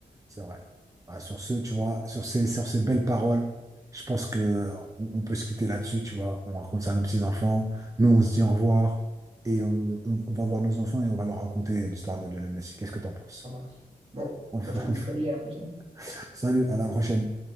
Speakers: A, on the right; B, on the right.
A: C'est vrai. Bah, sur ce, tu vois, sur ces, sur ces belles paroles, je pense que on, on peut se quitter là-dessus, tu vois. On raconte ça à nos petits-enfants. Nous, on se dit au revoir et on, on- on va voir nos enfants et on va leur raconter l'histoire de Lionel Messi. Qu'est-ce que t'en penses?
B: Ça marche. Bon,
A: Enfin,
B: bah, je te dis salut, à la prochaine.
A: <laughs> salut, à la prochaine.